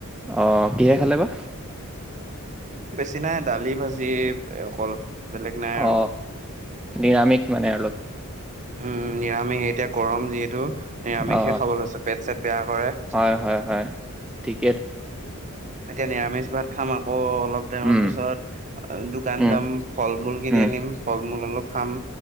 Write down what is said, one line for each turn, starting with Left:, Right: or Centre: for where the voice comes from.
Centre: অ কিহেৰে খালে বা?
Right: চিনাই দালি ভাজিব অকল বেলেগ নাই আৰু,
Centre: অ নিৰামিষ মানে অলপ
Right: উম নিৰামিষ এতিয়া গৰম যিহেতু নিৰামিষে
Centre: অ
Right: খাব লৈছে, পেট চট বেয়া কৰে
Centre: হয় হয় হয় ঠিক,
Right: এতিয়া নিৰামিষ ভাত খাম আকৌ, অলপ টাইমৰ
Centre: উম
Right: পিছত দোকান
Centre: উম
Right: যাম, ফল মূল কিনি
Centre: উম
Right: আনিম ফল মূল অলপ খাম।